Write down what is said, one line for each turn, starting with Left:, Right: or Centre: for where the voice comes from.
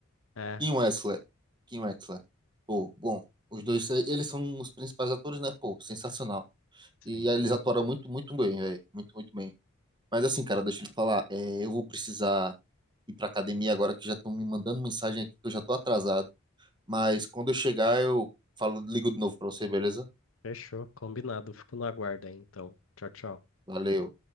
Left: É,
Right: Kim Wexler. Kim Wexler. Pô, bom, os dois, eh, eles são os principais atores, né? Pô, sensacional. E
Left: sim.
Right: aí eles atuaram muito, muito bem, velho. Muito, muito bem. Mas assim, cara, deixa eu te falar, eh, eu vou precisar ir pra academia agora que já estão me mandando mensagem aqui que eu já tô atrasado. Mas quando eu chegar, eu falo, ligo de novo pra você, beleza?
Left: Fechou, combinado. Fico no aguardo aí, então. Tchau, tchau.
Right: Valeu.